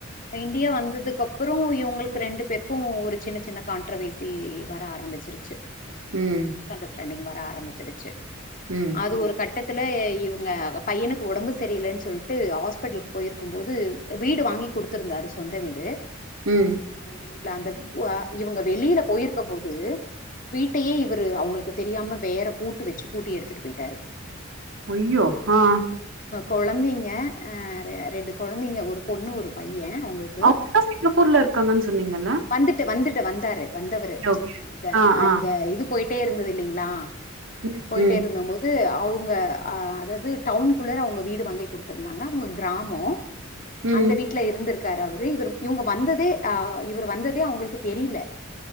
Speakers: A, on the left (about 40°); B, on the right (about 75°).
A: இந்தியா வந்ததுக்குப்புறம் இவங்களுக்கு ரெண்டு பேருக்கும் ஒரு சின்ன சின்ன கான்ட்ரவர்சி வர ஆரம்பிச்சிருச்சு சின்ன சின்
B: ம்.
A: மிஸ் அண்டர்ஸ்டாண்டிங் ஆரம்பிச்சிருச்சு
B: ம்.
A: அது ஒரு கட்ட பட்டத்துல இவங்க பையனுக்கு உடம்பு சரியில்லைன்னு சொல்ட்டு ஹாஸ்பிட்டலுக்கு போயிரு இருக்கும் போது வீடு வாங்கி கொடுத்திருந்தாரு சொந்த வீடு
B: ம்.
A: உம் ஒரு ஊ அந்த இவங்க வெளியில போயிருக்க போது வீட்டையே இவரு அவங்களுக்கு தெரியாம வேற பூட்டு வச்சு பூட்டி எடுத்துட்டு போயிட்டாரு
B: யயோ ஆஹ்
A: குழந்தைங்க ரெண்டு குழந்தைங்க ஒரு பொண்ணு ஒரு பைய அவங்களுக்கு
B: அவூங்க தான் சிங்கப்பூர்ல இருக்காங்கன்னு சொன்னீங்கல்ல
A: வந்துட்டு வந்துட்டு வந்தாரு வந்தவரு
B: ஓகே.
A: ப்ச்
B: ஆ,
A: ஆஹ்
B: ஆ.
A: இந்த இது போயிட்டே இருந்தது இல்லிங்களா
B: ம்.
A: போயிட்டே
B: ம்.
A: இருந்த போது அவுங்க அதாவது டவுனுக்குள்ளற அவுங்க வீடு வாங்கி கொடுத்துருந்தாங்க அவுங்க கிராமம்
B: ம்.
A: அந்த வீட்டு்ல இருந்திருக்கு இருக்காரு அவரு இவர் இவுங்க வந்ததே அஹ் இவர் வந்ததே அவங்களுக்கு தெரியில